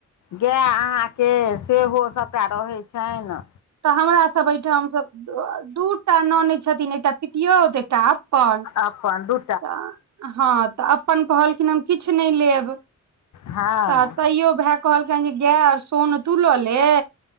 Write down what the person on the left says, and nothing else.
गाय अहाँके सेहो सबटा रहै छनि
अपन दु
हँ